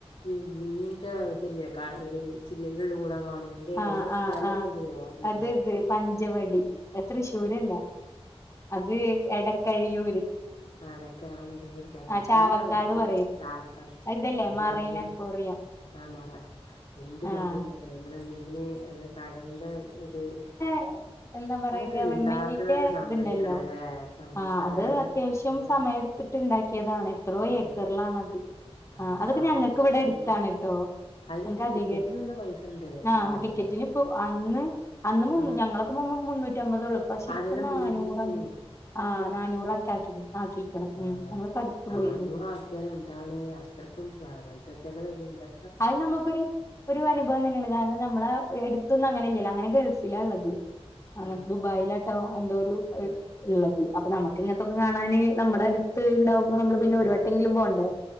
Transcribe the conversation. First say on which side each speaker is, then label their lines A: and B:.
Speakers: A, on the left (about 70°); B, on the left (about 25°).
A: ഈ മീന്റെ ഇതല്ലേ കാ ഒരു ചില്ലിന്റെ ഉള്ളൂകൂടെ കാണ് തെ
B: ആഹ്
A: അവടെ സ്ഥലന്ന്
B: ആഹ് ആഹ്
A: വല്യര് ഓർമല്ല.
B: അത് ഇത് പഞ്ചവടി അത് ത്രിശൂരല്ല അത് എടക്കഴിയൂര്.
A: ആടക്ക ആണന്തോറ സ്ഥലം
B: ആ
A: നല്ലാ
B: ചാവക്കാട്
A: ഭംഗിണ്ട്
B: പറയും
A: ചാവക്കാട്
B: അത് ഇതല്ലേ
A: എന്ത്
B: മറൈൻ
A: ഭംഗിണ്ട്.
B: അക്വേറിയം
A: ആഹ് മാറാ എന്ത്
B: ആഹ്
A: ഭംഗിണ്ട് അത് ങ്ങനെ മീന് അങ്ങനെ കടലിന്റെ ഇത്
B: ആ എന്താ പറയാ
A: അതൊക്കെ
B: ഗവൺമെന്റിന്റെ
A: ഇണ്ടാക്കണവരെ സമ്മയിക്കണല്ലേ
B: ഇതുണ്ടല്ലോ
A: സമ്മയിക്കണേ
B: ആഹ് അത് അത്യാവശ്യം
A: ആ
B: സമയടു ത്തിട്ടുണ്ടാക്കിയതാണ് എത്രോ
A: ആ
B: ഏക്കറ്ലാണത് ആ
A: ഒന്ന്
B: അതൊക്കെ ഞങ്ങക്ക്
A: ആലോചിക്കണേ
B: ഇവടെ എടുത്താണ് ട്ടോ.
A: അയിനെന്തോ
B: ക്കഅധികം
A: ടിക്കറ്റിന് നല്ല പൈസ ഉണ്ട് എത്ര
B: ആഹ്
A: ആയിരന്തോ
B: ടിക്കറ്റിന് ഇപ്പോ അന്ന് അന്ന് മുന്നൂ
A: ആ
B: ഞങ്ങളൊക്കെ പോവുമ്പോ മുന്നൂറ്റി അമ്പത് ഒള്ളൂ. പക്ഷെ ഇപ്പം
A: അതന്നെ
B: നാനൂറാണ്,
A: മുന്നൂറ്റി അമ്പതിന് ഇപ്പൊ
B: ആഹ് നാനൂറൊക്കേ ആക്കിക്ക് ആക്കി. ഉം
A: ആഹ്
B: ഞങ്ങളിപ്പോ അടുത്ത്
A: നാനൂർ
B: പോയിരുന്നു
A: ആക്കിയാല് എന്താണ് അത്രയ്ക്കും പൈസ ചെലവ് അയ്ന്ണ്ട്.
B: അയ് നമുക്കൊരു ഒരു അനുഭവം തന്നെയാണ് കാരണം നമ്മളെ എടു എടുത്തന്നും അങ്ങനെ ഇല്ലല്ലോ അങ്ങനെ ഗൾഫിലാ ള്ളത്
A: ആ
B: അങ്ങൻ ദുബായിലാട്ടോ എന്തോ ഒരു
A: ആ
B: ള്ളത്, അപ്പൊ നമ്മക്ക് ഇങ്ങൻതൊക്കെ കാണാന് നമ്മടെ അടു ത്ത് ഉണ്ടാവുമ്പോ നമ്മള് പിന്നെ ഒരു
A: ആ
B: വട്ടെങ്കിലും പോണ്ടേ